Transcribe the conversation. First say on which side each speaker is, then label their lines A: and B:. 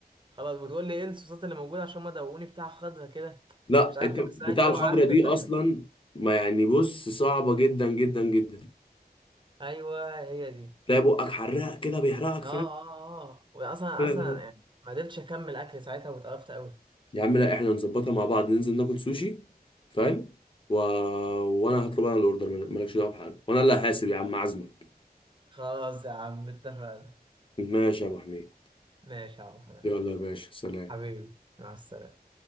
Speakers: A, on the right; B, on the left.
A: خلاص بتقول لي ايه الصوصات اللي موجوده عشان ما دوقوني بتاع خضرا كده
B: لا
A: مش عارف
B: انت
A: كان اسمها
B: بتاع
A: ايه
B: الخضره
A: وقعدت
B: دي
A: فاهم
B: اصلا ما يعني بص صعبه جدا جدا جدا
A: ايوه هي دي
B: تلاقي بقك حراق كده بيحرقك
A: اه اه اه واصلا
B: فاهم
A: اصلا يعني ما قدرتش اكمل اكل ساعتها واتقرفت قوي
B: يا عم لا احنا نظبطها مع بعض ننزل ناكل سوشي فاهم و... وانا هطلب انا الاوردر مالكش دعوه بحاجه وانا اللي هحاسب يا عم عزمك
A: خلاص يا عم اتفقنا
B: ماشي يا ابو حميد
A: ماشي يا عم حماد
B: يلا يا باشا سلام
A: حبيبي مع السلامة